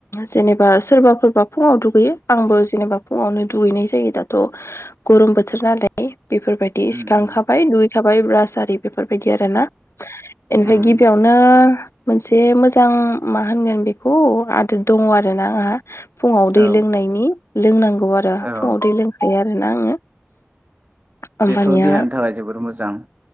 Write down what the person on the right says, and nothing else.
उम
उम
उम
औ
औ
बेथ' देहानि थाखाय जोबोर मोजां